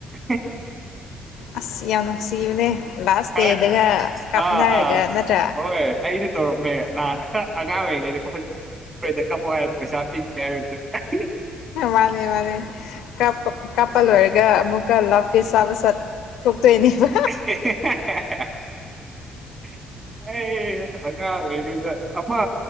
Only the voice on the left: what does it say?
ꯑꯁ ꯌꯥꯝ ꯅꯨꯡꯁꯤꯕꯅꯦ ꯂꯥꯁ
ꯇꯦꯗꯒ ꯀꯥꯞꯅꯔꯒ
ꯅꯠꯇ꯭ꯔꯥ
ꯃꯥꯅꯦ ꯃꯥꯅꯦ ꯀꯞꯄ ꯀꯞꯄ ꯂꯣꯏ ꯒꯥ ꯑꯃꯨꯛꯀ ꯂꯞꯐꯦꯁ ꯆꯥꯕ ꯆꯠ ꯊꯣꯛꯇꯣꯏꯅꯦꯕ